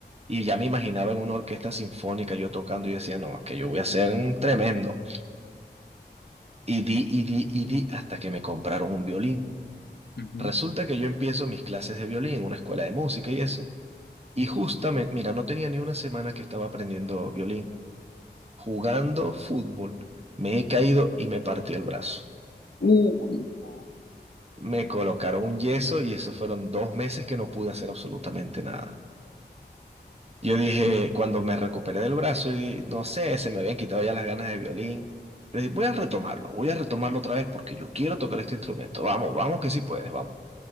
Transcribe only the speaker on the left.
ujú.
Uy, no.
Mm.